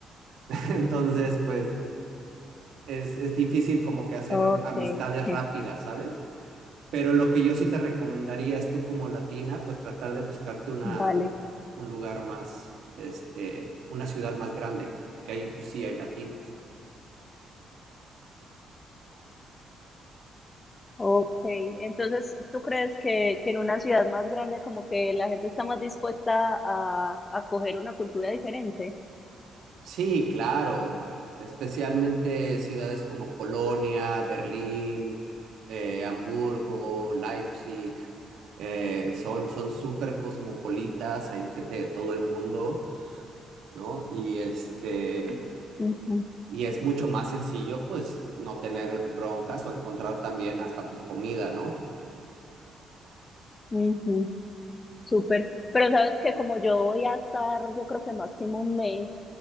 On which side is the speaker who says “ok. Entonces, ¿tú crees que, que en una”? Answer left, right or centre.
Left